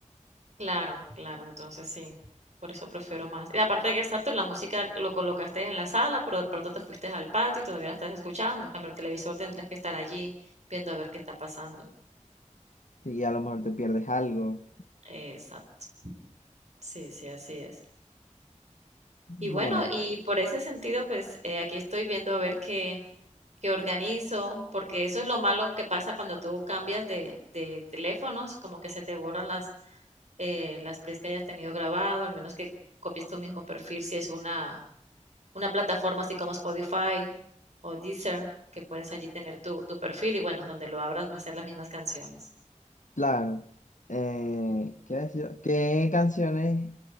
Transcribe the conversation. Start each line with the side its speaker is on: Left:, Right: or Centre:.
Right: Claro, claro, entonces sí, por eso prefiero más. Y aparte de que exacto, la música lo colocaste en la sala, pero de pronto te fuiste al patio y todavía la estás escuchando. En cambio, el televisor tendrás que estar allí viendo a ver qué está pasando.
Left: Y a lo mejor te pierdes algo.
Right: Exacto. Sí, sí, así es.
Left: Bueno,
Right: Y bueno, y por ese sentido, pues eh, aquí estoy viendo a ver qué, qué organizo, porque eso es lo malo que pasa cuando tú cambias de, de teléfonos, como que se te borran las, eh, las plays que hayas tenido grabado, al menos que copies tu mismo perfil, si es una, una plataforma así como Spotify o Deezer, que puedes allí tener tu, tu perfil y bueno, donde lo abras va a ser las mismas canciones.
Left: claro. Eh, ¿qué iba a decir? ¿Qué canciones?